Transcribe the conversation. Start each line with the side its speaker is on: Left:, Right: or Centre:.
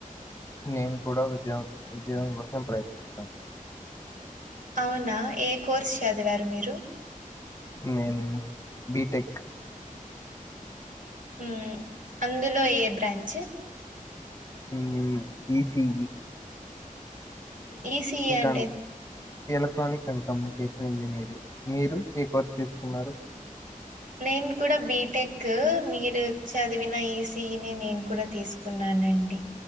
Left: నేన్ కూడా ఉద్యో ఉద్యోగం కోసం ప్రయత్నిస్తా
Right: అవునా ఏ కోర్సు చదివారు మీరు
Left: నేను బి టెక్
Right: ఊ అందులో ఏ బ్రాంచు
Left: నేను ఈసీబి
Right: ఊ ఈసీఏ అంటేద్
Left: అండ్ ఎలక్ట్రానిక్ అండ్ కమ్యూనికేషన్ ఇంజనీరింగ్ మీరు ఏ కోర్స్ తీసుకున్నారు
Right: నేను కూడా బీటెక్ మీరు చదివిన ఈసీఈ ని నేను కూడా తీసుకున్నాను అనండి